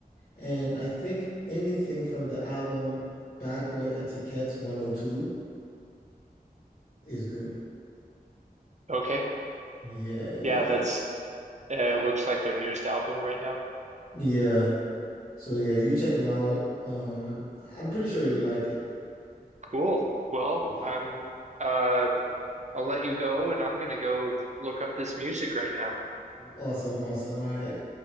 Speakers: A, on the left; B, on the right.
A: And I think anything from the album Bad Boy Etiquette 102 is good.
B: Okay.
A: Yeah, yeah,
B: Yeah, that's uh, looks like their newest album right now.
A: yeah. So yeah, you check them out. Um, I'm pretty sure you'll like it.
B: Cool. Well,
A: Yeah.
B: I'm uh I'll let you go and I'm gonna go look up this music right now.
A: Awesome, awesome. All right.